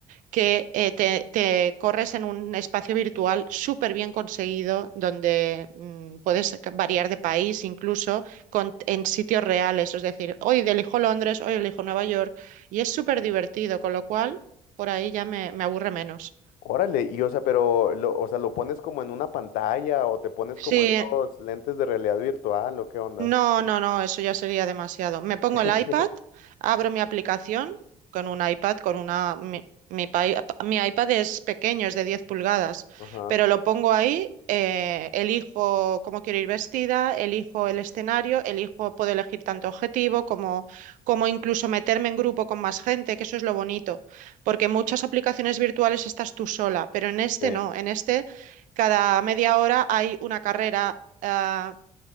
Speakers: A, on the right; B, on the left.
A: que eh, te, te corres en un espacio virtual súper bien conseguido, donde mm, puedes variar de país incluso con, en sitios reales. Es decir, hoy elijo Londres, hoy elijo Nueva York, y es súper divertido, con lo cual por ahí ya me, me aburre menos.
B: Órale, y o sea, pero lo, o sea, ¿lo pones como en una pantalla o te pones
A: Sí,
B: como estos lentes de realidad virtual o qué onda?
A: No, no, no, eso ya sería demasiado. Me pongo
B: <laughs>
A: el iPad, abro mi aplicación con un iPad, con una... Mi, mi pai- mi iPad es pequeño, es de 10 pulgadas,
B: Ajá.
A: pero lo pongo ahí, eh, elijo cómo quiero ir vestida, elijo el escenario, elijo, puedo elegir tanto objetivo como, como incluso meterme en grupo con más gente, que eso es lo bonito, porque en muchas aplicaciones virtuales estás tú sola, pero en este
B: Sí.
A: no, en este cada media hora hay una carrera. ah,